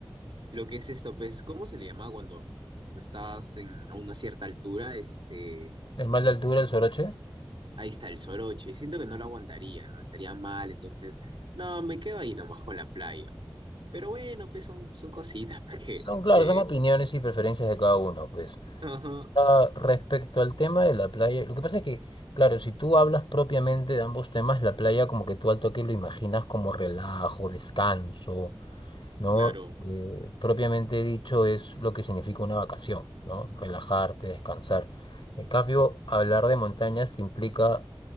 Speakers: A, on the right (about 65°); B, on the left (about 65°).
A: lo que es esto, pues, ¿cómo se le llama cuando estás en, a una cierta altura? Este,
B: El mal de altura, el soroche,
A: ahí está el soroche, y siento que no lo aguantaría, ¿no? Estaría mal, entonces... No, me quedo ahí nomás con la playa. Pero bueno, pues son, son cositas <laughs> pues, que,
B: son, claro,
A: que-
B: son Mm. opiniones
A: que-
B: y preferencias de cada uno, pues.
A: Ajá,
B: Ah, respecto al tema de la playa, lo que pasa es que, claro, si tú hablas propiamente de ambos temas, la playa como que tú al toque lo imaginas como relajo, descanso, ¿no?
A: claro.
B: Eh, propiamente dicho es lo que significa una vacación, ¿no? Relajarte, descansar. En cambio, hablar de montañas te implica